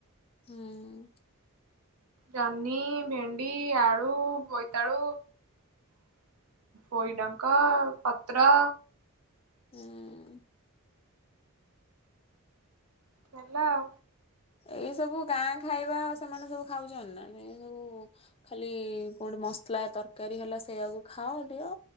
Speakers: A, on the left; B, on the right.
A: ହୁଁ।
B: ଜହ୍ନି, ଭେଣ୍ଡି, ଆଳୁ, ବୋଇତାଳୁ, ପୋଇଡଙ୍କ ପତ୍ର
A: ହୁଁ
B: ହେଲାଉ
A: ଏଇ ସବୁ ଗାଁ ଖାଇବା ସେମାନେ ସବୁ ଖାଉଛନ୍ତି ନା ଏ ସବୁ ଖାଲି କୋଉଠି ମସଲା ତରକାରି ହେଲା ସେଇଆକୁ ଖାଅ ଦିଅ